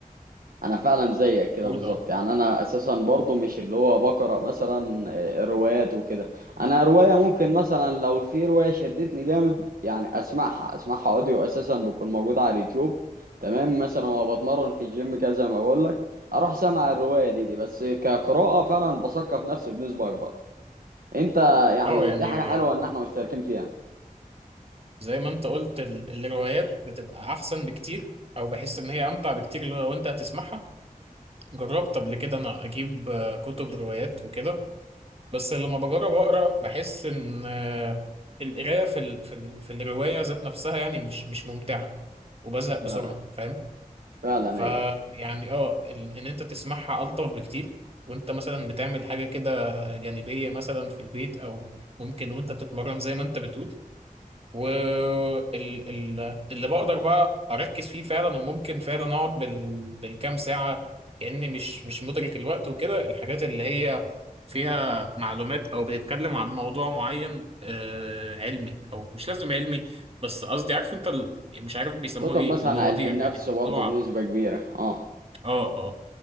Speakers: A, on the right; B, on the right.
A: انا فعلا زيك كده
B: أقول
A: بالظبط
B: أه
A: يعني انا اساسا برضو مش اللي هو بقرا مثلا آه، روايات وكده انا روايه ممكن مثلا لو في روايه شدتني جامد يعني اسمعها اسمعها اوديو اساسا بتكون موجوده على اليوتيوب تمام مثلا وبتمرن في الجيم كده زي ما بقول لك اروح سامع الروايه دي دي بس كقراءه فعلا بثقف نفسي بنسبه اكبر انت يعني
B: أه يعني
A: دي حاجه حلوه
B: آه،
A: ان احنا مشتركين فيها
B: زي ما أنت قلت ال- الروايات بتبقى أحسن بكتير أو بحس إن هي أمتع بكتير لو أنت هتسمعها جربت قبل كده أنا أجيب آه، كتب روايات وكده بس لما بجرب اقرا بحس ان آه، القرايه في ال... في ال... في الروايه ذات نفسها يعني مش مش ممتعه وبزهق بسرعه
A: فعلا
B: فاهم
A: فعلا
B: فيعني
A: ايوه
B: اه ال... ان انت تسمعها الطف بكتير وانت مثلا بتعمل حاجه كده جانبيه مثلا في البيت او ممكن وانت بتتمرن زي ما انت بتقول واللي بقدر بقى اركز فيه فعلا وممكن فعلا اقعد بال... بالكام ساعه كاني مش مش مدرك الوقت وكده الحاجات اللي هي فيها معلومات او بتتكلم عن موضوع معين آه علمي او مش لازم علمي بس قصدي عارف انت ال... مش عارف بيسموه
A: كتب
B: ايه
A: مثلا
B: المواضيع
A: علم النفس
B: يعني الموضوع
A: برضه بنسبه كبيره اه
B: اه اه